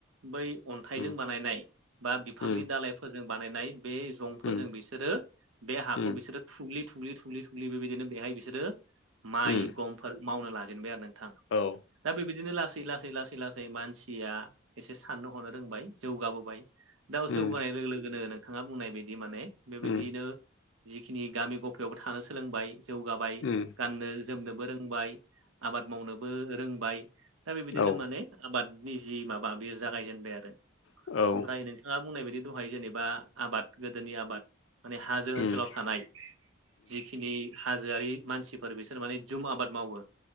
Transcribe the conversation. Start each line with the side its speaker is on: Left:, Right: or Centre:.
Right: बै अन्थाइजों
Left: उम
Right: बानायनाय बा बिफांनि
Left: उम
Right: दालाइफोरजों बानायनाय। बे जंफोरजों
Left: उम
Right: बिसोरो बे हाखौ
Left: उम
Right: बिसोरो थुग्लि थुग्लि थुग्लि थुग्लि बेबायदिनो बेहाय बिसोरो माइ
Left: उम
Right: गमफोर मावनो लाजेनबाय आरो नोंथां।
Left: औ।
Right: दा बेबायदिनो लासै लासै लासै लासै मानसिया एसे साननो हनो रोंबाय जौगाबोबाय। दाउ
Left: उम
Right: जौगानाय लोगो लोगोनो नोंथाङा बुंनाय बायदि माने बेबायदियैनो
Left: उम
Right: जिखिनि गामि गफायावबो थानो सोलोंबाय जौगाबाय
Left: उम उम
Right: गाननो जोमनोबो रोंबाय। आबाद मावनोबो रोंबाय दा बेबायदिनो
Left: औ
Right: माने आबादनि जि माबा बेयो जागायजेनबाय आरो
Left: उम उम
Right: ओमफ्राय नोंथाङा बुंनाय बायदि दहाय जेनेबा आबाद गोदोनि आबाद माने हाजो
Left: उम
Right: ओनसोलाव थानाय। जिखिनि हाजोआरि मानसिफोर बिसोर माने जुम आबाद मावो